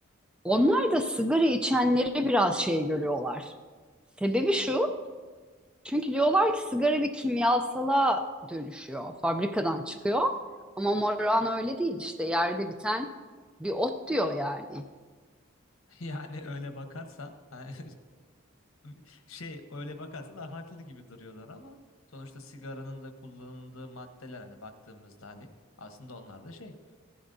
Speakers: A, in the centre; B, on the left (about 70°).
A: Onlar da sigara içenleri biraz şey görüyorlar. Sebebi şu, Çünkü diyorlar ki sigara bir kimyasala dönüşüyor, fabrikadan çıkıyor. Ama Moran öyle değil işte yerde biten bir ot diyor yani.
B: <laughs> Yani öyle bakarsan hani <laughs> şey öyle bakarsan da haklı gibi duruyorlar ama sonuçta sigaranın da kullanıldığı maddeler hani baktığımızda hani aslında onlar da şey